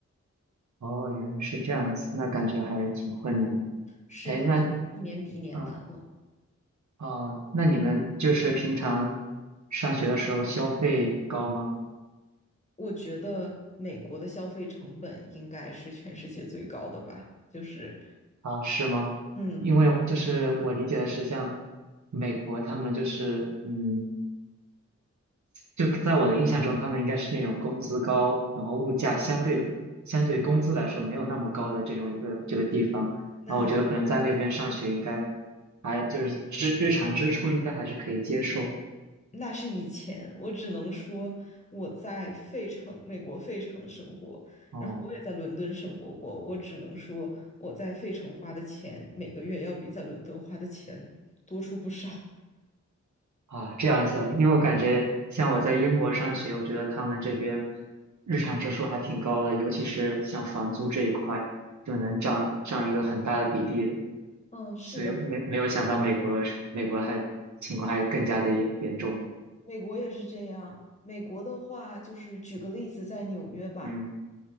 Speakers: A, on the right; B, on the left.
A: 哦，原来是这样子，那感觉还是挺困难。
B: 是的，
A: 哎，那，
B: 就是一年比一年难了。
A: 嗯，哦，那你们就是平常上学的时候消费高吗？
B: 我觉得美国的消费成本应该是全世界最高的吧，就是
A: 啊，是吗？
B: 嗯，
A: 因为就是我理解的是，像美国他们就是，嗯，就在我的印象中，他们应该是那种工资高，然后物价相对相对于工资来说没有那么高的这种一个这个地方。
B: 那
A: 然后我觉得可能在那边上学应该还就是支日常支出应该还是可以接受。
B: 那是以前，我只能说我在费城，美国费城生活，
A: 哦。
B: 然后我也在伦敦生活过。我只能说我在费城花的钱，每个月要比在伦敦花的钱多出不少。<laughs>
A: 啊，这样子，因为我感觉像我在英国上学，我觉得他们这边日常支出还挺高的，尤其是像房租这一块，就能占占一个很大的比例的。
B: 嗯，是的，
A: 所以没没有想到美国是美国还情况还更加的严严重。
B: 美国也是这样。美国的话，就是举个例子，在纽约吧，
A: 嗯